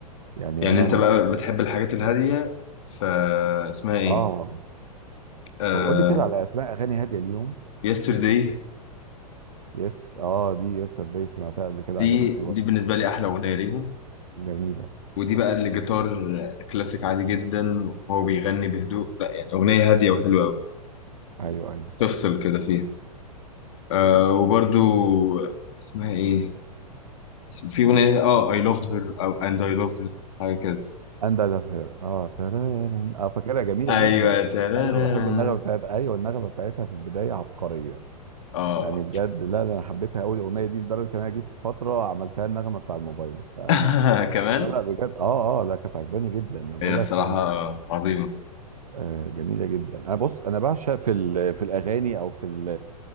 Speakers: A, on the right; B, on the left.
A: يعني
B: يعني
A: انا
B: انت بقى بتحب الحاجات الهاديه فاسمها ايه
A: اه
B: آه
A: طب قول لي كده على اسماء اغاني هاديه ليهم
B: يسترداي
A: يس اه دي يسترداي سمعتها قبل كده
B: دي
A: عجبتني برضه
B: دي بالنسبه لي احلى اغنيه ليهم
A: جميله
B: ودي بقى اللي جيتار كلاسيك عادي جدا وهو بيغني بهدوء لا يعني أغنية هادية وحلوة أوي
A: ايوه ايوه
B: تفصل كده فيها آه وبرضو اسمها إيه في أغنية آه I loved her أو and I loved her حاجة كده
A: اند اجافير اه ترارارن. اه فاكرها جميله
B: أيوة
A: جدا
B: ترارارا
A: ايوه بحب النغمه بتاعت ايوه النغمه بتاعتها في البدايه عبقريه
B: آه
A: يعني بجد لا لا انا حبيتها قوي الاغنيه دي لدرجه ان انا جيت في فتره عملتها النغمه بتاع الموبايل ف... لا
B: <laughs> كمان
A: لا بجد اه اه لا كانت عجباني جدا انا بقول
B: هي الصراحة
A: لك انا
B: عظيمة
A: آه جميله جدا انا بص انا بعشق في ال... في الاغاني او في ال...